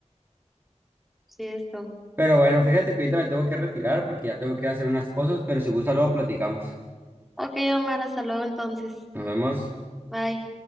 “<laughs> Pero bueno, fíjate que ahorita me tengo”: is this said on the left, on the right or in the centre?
Right